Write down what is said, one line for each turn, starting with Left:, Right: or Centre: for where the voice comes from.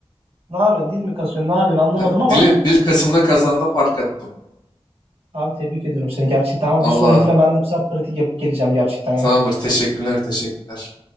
Right: ne yapıyorsun? Dil mi kasıyorsun? Ne yapıyorsun? Anlamadım
Left: <laughs>
Right: ama
Left: dil dil kasımla kazandım fark attım.
Right: abi tebrik ediyorum seni gerçekten ama
Left: Valla
Right: bir sonrakine ben de bu sefer pratik yapıp geleceğim gerçekten ya.
Left: tamamdır teşekkürler teşekkürler.